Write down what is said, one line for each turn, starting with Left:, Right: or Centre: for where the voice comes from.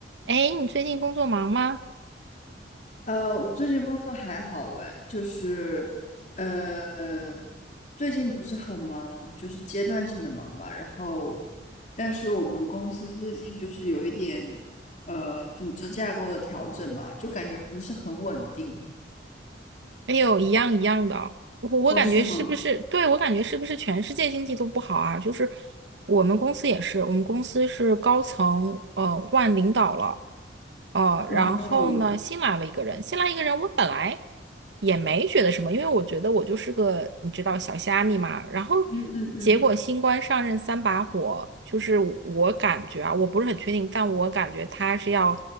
Right: 哎，你最近工作忙吗？
Left: 呃，我最近工作还好诶，就是，呃，最近不是很忙，就是阶段性的忙吧。然后，但是我们公司最近就是有一点，呃，组织架构的调整嘛，就感觉不是很稳定。
Right: 哎呦，一样一样的哦我我感觉是不是，
Left: 哦，是吗？
Right: 对，我感觉是不是全世界经济都不好啊？就是我们公司也是，我们公司是高层呃换领导了，呃，
Left: 嗯嗯
Right: 然后呢新来了一个人，新来一个人，我本来也没觉得什么，因为我觉得我就是个你知道小虾米嘛。然后
Left: 嗯嗯嗯，
Right: 结果新官上任三把火，就是我感觉啊，我不是很确定，但我感觉他是要